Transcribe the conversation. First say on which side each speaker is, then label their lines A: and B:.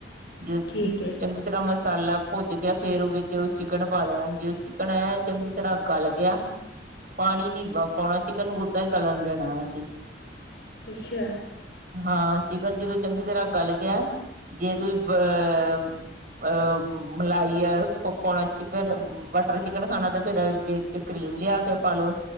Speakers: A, on the right; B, on the left.
A: ਜ
B: ਠੀਕ ਹੈ
A: ਚੰਗੀ ਤਰ੍ਹਾਂ ਮਸਾਲਾ ਭੁੱਜ ਗਿਆ ਫੇਰ ਵਿੱਚ ਚਿਕਨ ਪਾ ਦੇਣਾ ਜੇ ਚਿਕਨ ਆ ਚੰਗੀ ਤਰ੍ਹਾਂ ਗਲ ਗਿਆ ਪਾਣੀ ਨੀ ਪਾਉਣਾ ਚਿਕਨ ਨੂੰ ਉਦਾਂ ਹੀ ਗਲਣ ਦੇਣਾ ਅਸੀਂ
B: ਅੱਛਾ
A: ਹਾਂ ਚਿਕਨ ਜਦੋ ਚੰਗੀ ਤਰ੍ਹਾਂ ਗੱਲ ਗਿਆ ਜੇ ਤੁਸੀਂ ਅਹ ਅਹ ਮਲਾਈ ਆ ਪਾਉਣਾ ਚਿਕਨ ਬਟਰ ਚਿਕਨ ਖਾਣਾ ਤੇ ਫਿਰ ਵਿੱਚ ਕਰੀਮ ਲਿਆ ਕੇ ਪਾ ਲੋ